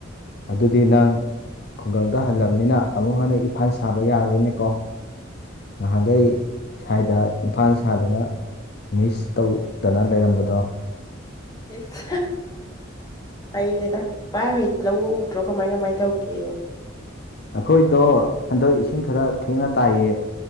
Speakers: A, on the left; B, on the left.
A: ꯑꯗꯨꯗꯤ ꯅꯪ ꯈꯨꯡꯒꯪꯗ ꯍꯜꯂꯕꯅꯤꯅ ꯑꯃꯨꯛ ꯍꯟꯅ ꯏꯝꯐꯥꯜ ꯁꯥꯕ ꯌꯥꯔꯣꯏꯅꯦꯀꯣ ꯅꯍꯥꯟꯒꯩ ꯁ꯭ꯋꯥꯏꯗ ꯏꯝꯐꯥꯜ ꯁꯥꯗꯨꯅ ꯃꯤꯁ ꯇꯧ ꯗꯅ ꯂꯩꯔꯝꯕꯗꯣ
B: ꯏꯁ ꯍꯩꯔꯦꯗ ꯚꯥꯏ ꯍꯣꯏꯗꯤ ꯂꯧꯒ ꯎꯗ꯭ꯔꯣ ꯀꯃꯥꯏ ꯀꯃꯥꯏꯟ ꯇꯧꯒꯦ
A: ꯑꯩꯈꯣꯏꯗꯣ ꯍꯟꯗꯛ ꯏꯁꯤꯡ ꯈꯔ ꯊꯦꯡꯅ ꯇꯥꯏꯌꯦ